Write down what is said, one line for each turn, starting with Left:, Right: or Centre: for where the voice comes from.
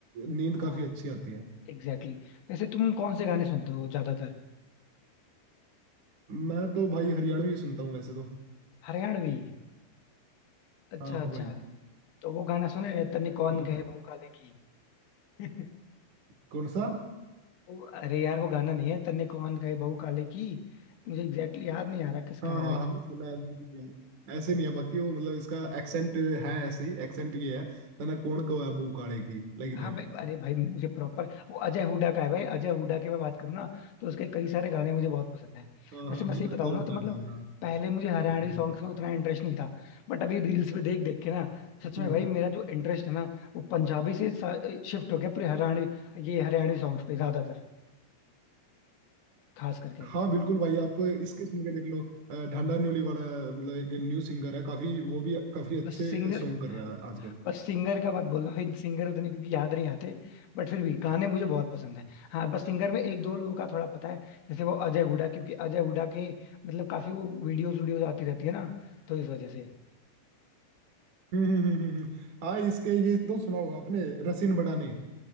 Right: नींद
Left: हाँ
Right: काफी अच्छी आती है
Left: एग्जैक्टली exactly. वैसे तुम कौन से गाने सुनते हो ज्यादातर
Right: मैं तो भाई हरियाणवी सुनता हूँ वैसे तो
Left: हरियाणवी अच्छा
Right: हाँ
Left: अच्छा
Right: भाई
Left: तो वो गाना सुने हैं, तन्ने
Right: अ,
Left: कौन कहे बहू काले की <laughs>
Right: कौन सा
Left: वो अरे यार वो गाना नहीं है तन्ने कौन कहे बहू काले की मुझे एग्जैक्टली exactly याद नहीं आ रहा किसका
Right: हाँ
Left: है
Right: हाँ
Left: वो
Right: हाँ सुना है बिल्कुल यार ऐसे नहीं है बाकी वो मतलब इसका एक्सेंट है ऐसे ही एक्सेंट ये है तना कोण को है बू काले की लाइक
Left: हाँ
Right: दैट
Left: भाई अरे भाई मुझे प्रॉपर वो अजय हुड्डा का है भाई अजय हुड्डा की मैं बात करूँ ना तो उसके कई सारे गाने मुझे बहुत पसंद है
Right: हाँ
Left: वैसे
Right: हाँ
Left: मैं
Right: हाँ
Left: सही बताऊँ
Right: अजय हुड्डा
Left: ना तो मतलब
Right: का है हाँ
Left: पहले मुझे हरियाणवी
Right: पता
Left: सॉन्ग्स
Right: नहीं
Left: में उतना इंटरेस्ट नहीं था बट अभी रील्स पे देख देख के ना सच में
Right: हम्म
Left: भाई मेरा जो इंटरेस्ट है ना वो पंजाबी से शिफ्ट हो गया पूरे हरियाणवी ये हरियाणवी सॉन्ग्स पे ज्यादातर खास करके
Right: हाँ बिल्कुल भाई आप इसके सुन के देख लो अ, ढांडा न्योली वाला मतलब एक न्यू सिंगर है काफी वो भी काफी अच्छे
Left: बस सिंगर
Right: सॉन्ग कर रहा है आजकल
Left: बस सिंगर का मत बोलना फिर सिंगर उतने क्योंकि याद नहीं आते बट फिर भी गाने मुझे बहुत पसंद है हाँ बस सिंगर में एक दो लोगों का थोड़ा पता है जैसे वो अजय हुडा क्योंकि अजय हुडा के मतलब काफी वो वीडियोस वीडियोस आती रहती है ना तो इस वजह से
Right: हम्म हम्म हम्म हम्म, हम्म। हाँ इसके ये तो सुना होगा आपने रसिन बड़ानी अ,